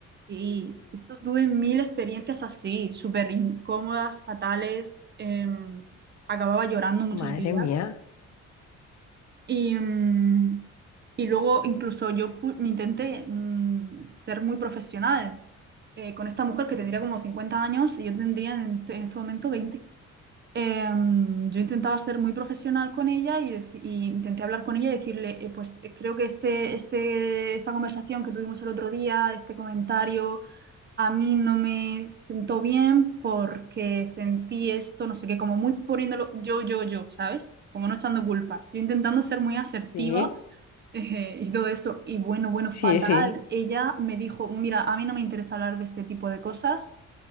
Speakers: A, on the right; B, on the left.
A: Sí, estos tuve mil experiencias así, súper incómodas, fatales, em, acababa llorando muchos
B: Madre
A: días.
B: mía.
A: Y, mm, y luego incluso yo pu- intenté mm, ser muy profesional eh, con esta mujer que tendría como 50 años y yo tendría en, en este momento veinte Em, yo intentaba ser muy profesional con ella y, deci- y intenté hablar con ella y decirle, eh, pues eh, creo que este, este, esta conversación que tuvimos el otro día, este comentario a mí no me sentó bien porque sentí esto, no sé qué, como muy poniéndolo yo, yo, yo, ¿sabes? Como no echando culpas. Yo intentando ser muy asertiva
B: Sí,
A: <laughs> eh, y todo eso. Y bueno, bueno,
B: sí,
A: fatal.
B: sí.
A: Ella me dijo, mira, a mí no me interesa hablar de este tipo de cosas.